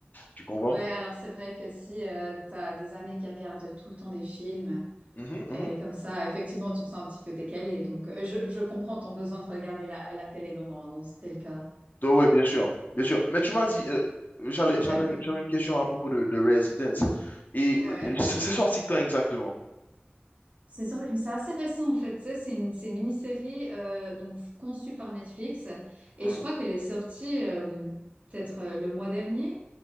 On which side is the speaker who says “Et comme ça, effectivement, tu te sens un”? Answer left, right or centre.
Right